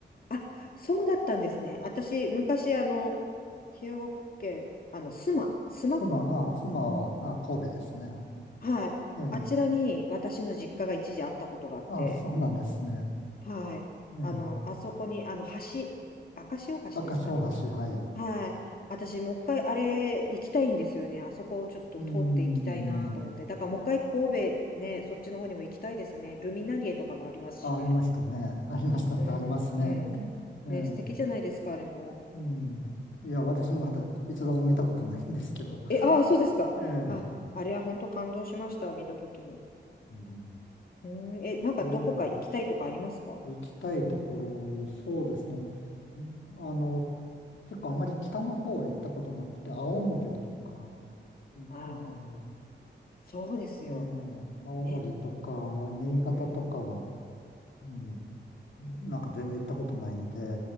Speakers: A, on the left; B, on the left.
A: あ、そうだったんですね。私、昔、あの、兵庫県、あの、須磨、須磨区。
B: 妻、あ、妻は、あ、神戸ですね。
A: はい。
B: ええ。
A: あちらに私の実家が一時あったことがあって、
B: あ、そうなんですね。
A: はい。
B: ええ。
A: あの、あそこに、あの、橋、赤潮橋ですかね。
B: 赤潮橋、はい。う
A: はい。私、もう一回あれ行きたいんですよね。あそこをちょっと通っていきたいなと思って。
B: ーん。
A: だからもう一回神戸ね、そっちの方にも行きたいですね。ルミナリエとかもありますしね。
B: あ、ありましたね。ありましたね。
A: うん、
B: ありますね。
A: うん。
B: ええ。
A: ね、素敵じゃないですか、あれも。
B: うん。いや、私まだ一度も見たことないんですけど。
A: え、ああ、そうですか。
B: ええ。
A: あ、あれは本当感動しました、見たときに。
B: うん、
A: うん、え、なんかどこか行きたいとかありますか
B: ええ。行きたいところ、そうですね。んあの、結構あまり北の方は行ったことなくて、青森とか、
A: ああ
B: ね、
A: そうですよ。
B: ねえ、青森とか新潟とかは、
A: ね。うん、
B: うん、なんか全然行ったことないんで、